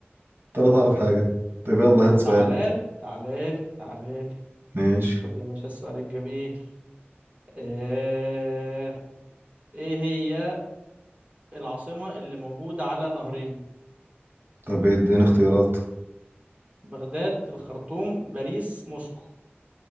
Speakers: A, on the right; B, on the right.
A: انت لا تعرف حاجة طب يلا
B: طب
A: هات سؤالك
B: تعالالي تعالالي تعالالي
A: ماشي
B: خد يا باشا السؤال الجميل ايه ايه هي العاصمة اللي موجودة على نهرين
A: طب اديني اختيارات
B: بغداد الخرطوم باريس موسكو